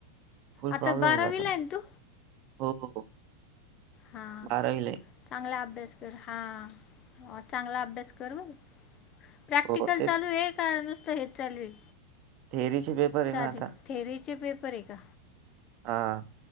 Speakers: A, on the right; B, on the left.
A: फुल
B: आता
A: प्रॉब्लेम
B: बारावीला
A: होऊन जातोना
B: आहे ना तू
A: हो.
B: हा
A: बारावीला आहे.
B: चांगला अभ्यास कर, हा चांगला अभ्यास कर बर. प्रॅक्टिकल
A: हो तेच
B: चालू आहे? का नुसतं हेच चालू आहे?
A: थेअरीचे पेपर आहे
B: साधे
A: ना आता.
B: थेरीचे पेपर आहे का?
A: हा.